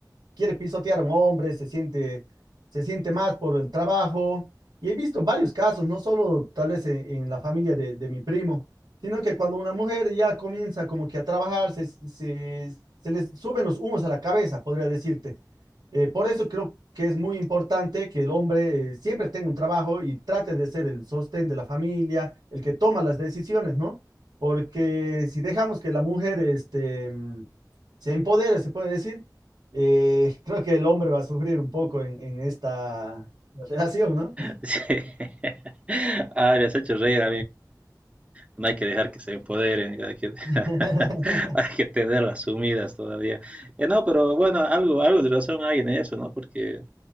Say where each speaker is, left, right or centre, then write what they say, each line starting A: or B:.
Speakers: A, on the right; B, on the right.
A: quiere pisotear a un hombre, se siente, se siente más por el trabajo. Y he visto varios casos, no solo tal vez en, en la familia de, de mi primo, sino que cuando una mujer ya comienza como que a trabajar, se, se, se les suben los humos a la cabeza, podría decirte. Eh, por eso creo que es muy importante que el hombre eh, siempre tenga un trabajo y trate de ser el sostén de la familia, el que toma las decisiones, ¿no? Porque si dejamos que la mujer este, mm, se empodere, se puede decir, eh, creo que el hombre va a sufrir un poco en, en esta relación, ¿no?
B: <laughs> Ah, me has hecho reír. No hay que dejar que se empoderen, hay que,
A: <laughs>
B: <laughs> hay que tenerlas sumidas todavía. Eh, no, pero bueno, algo, algo de razón hay en eso, ¿no? Porque,